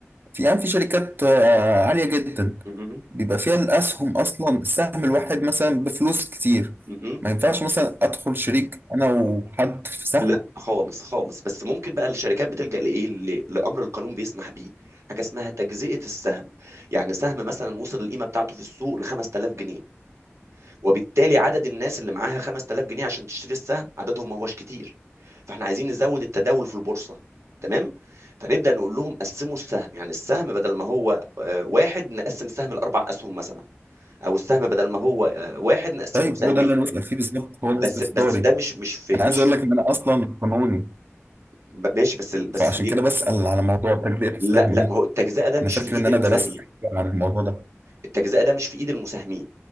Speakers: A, on the right; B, on the right.
A: في يعني في شركات آه، عالية جدا
B: م-م.
A: بيبقى فيها الأسهم أصلا السهم الواحد مثلا بفلوس كتير
B: م-م.
A: ما ينفعش مثلا أدخل شريك أنا وحد في سهم
B: لا خالص خالص بس ممكن بقى الشركات بتلجأ لايه ل- لامر القانون بيسمح بيه حاجه اسمها تجزئه السهم يعني سهم مثلا وصل القيمه بتاعته في السوق ل 5000 جنيه وبالتالي عدد الناس اللي معاها 5000 جنيه عشان تشتري السهم عددهم ما هوش كتير فاحنا عايزين نزود التداول في البورصة تمام فنبدأ نقول لهم قسموا السهم يعني السهم بدل ما هو آه، واحد نقسم سهم لأربع أسهم مثلا أو السهم بدل ما هو آه، واحد نقسمه
A: طيب
B: لسهمين
A: هو ده اللي أنا بسأل فيه بالظبط هو
B: بس
A: ده استفساري
B: بس ده مش مش في
A: أنا
B: مش
A: عايز أقول
B: في
A: لك إن أنا أصلا قانوني
B: ب- ماشي بس ال- بس
A: فعشان
B: خلينا
A: كده بسأل على موضوع تجزئة السهم
B: لا لا
A: دي
B: ما هو التجزئة ده مش
A: أنا فاكر
B: في إيد
A: إن أنا
B: المساهمين
A: درست حاجة عن الموضوع ده
B: التجزئة ده مش في إيد المساهمين